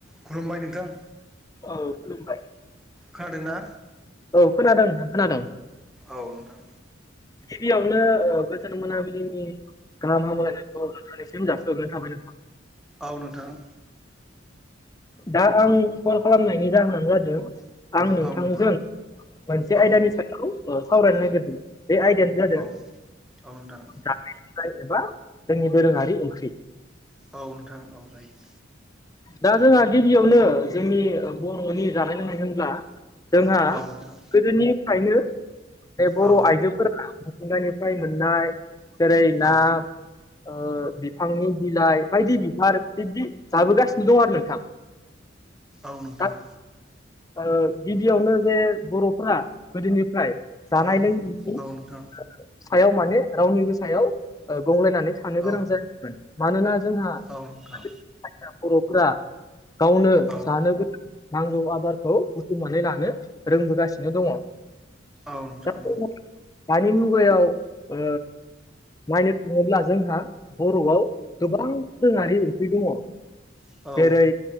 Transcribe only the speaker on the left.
औ खुलुमबाय।
औ खोनादों नोंथां खोनादों।
गिबियावनो ओ गोजोन मोनाबिलिनि गाहाम हामलायनायखौ नोंथांनिसिम जासि हरनाय थाबाय नोंथां।
दा आं कल खालामनायनि जाहोनानो जादों। आं नोंथांजों
मोनसे
आयदानि सायाव ओ सावरायनो नागिरदों बे आयदायानो <unintelligible> जादों
जानाय लोंनाय एबा जोंनि दोरोङारि ओंख्रि।
दा जोंहा गिबियावनो जोंनि बर'नि जानाय लोंनाय होनब्ला जोंहा
गोदोनिफ्रायनो बे बर'
आइजो फोरा मिथिंगानिफ्राय मोननाय जेरै ना
ओ बिफांनि बिलाइ बायदि बिबार बिदि जाबोगासिनो दं आरो नोंथां।
दा ओ गिबियावनो जे बर'फ्रा गोदोनिफ्राय जानाय
लोंनायनि
सायाव माने रावनिबो सायाव गंलायनानै था नो
गोनां जायोन मानोना जोंहा
बर'फोरा गावनो
जानो गोनां नांगौ आदारखौ बुथुमनानै लानो रोंबोगासिनो दङ
दा
दानि मुगायाव ओ नायनो थाङोब्ला जोंहा बर'आव गोबां दोरोंङारि ओंख्रि दङ
जेरै